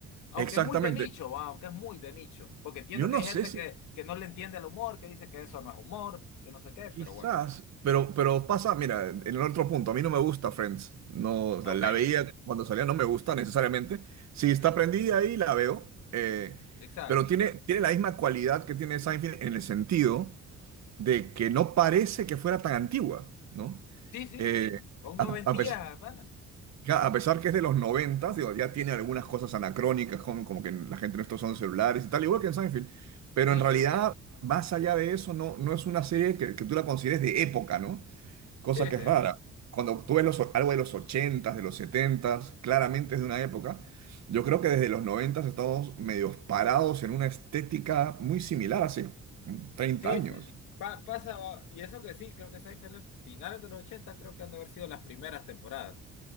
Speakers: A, on the left (about 85°); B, on the right (about 65°).
A: Aunque
B: exactamente.
A: es muy de nicho, va, aunque es muy de nicho. Porque entiendo
B: Yo no
A: que hay
B: sé
A: gente
B: si
A: que, que no le entiende el humor, que dice que eso no es humor, que no sé qué,
B: Quizás,
A: pero bueno.
B: pero, pero pasa, mira, en el otro punto, a mí no me gusta Friends, no, o sea,
A: Ok.
B: la veía cuando salía, no me gusta necesariamente, si
A: Ujú,
B: está prendida ahí la veo, eh,
A: Exacto.
B: pero tiene, tiene la misma cualidad que tiene Seinfeld en el sentido de que no parece que fuera tan antigua, ¿no?
A: Sí, sí,
B: Eh,
A: con
B: a,
A: noventías,
B: a pes-
A: pana.
B: ya, a pesar que es de los 90, digo, ya tiene algunas cosas anacrónicas, como, como que la gente no está usando celulares y tal, igual que en Seinfeld, pero
A: Sí,
B: en realidad,
A: sí,
B: más allá de eso, no, no es una serie que, que tú la consideres de época, ¿no? Cosa
A: sí,
B: que
A: sí,
B: es rara. Cuando tú ves los, algo de los ochentas de los setentas claramente es de una época. Yo creo que desde los noventas estamos medios parados en una estética muy similar hace 30
A: sí,
B: años.
A: sí. Pa- pasa, y eso que sí, creo que Seinfeld es finales de los 80 creo que han de haber sido las primeras temporadas.